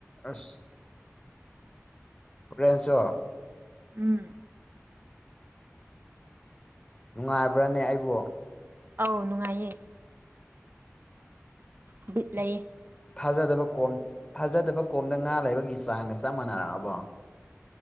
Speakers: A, on the left; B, on the right.
A: <unintelligible> ꯔꯦꯟꯁꯣ
B: ꯎꯝ
A: ꯅꯨꯡꯉꯥꯏꯕ꯭ꯔꯥꯅꯦ ꯑꯩꯕꯨ
B: ꯑꯧ ꯅꯨꯡꯉꯥꯏꯌꯦ ꯕꯤꯠꯂꯌꯦ
A: ꯊꯥꯖꯗꯕ ꯀꯣꯝ ꯊꯥꯖꯗꯕ ꯀꯣꯝꯗ ꯉꯥ ꯂꯩꯕꯒꯤ ꯆꯥꯡꯒ ꯆꯞ ꯃꯥꯟꯅꯔꯛꯂꯕꯣ <unintelligible>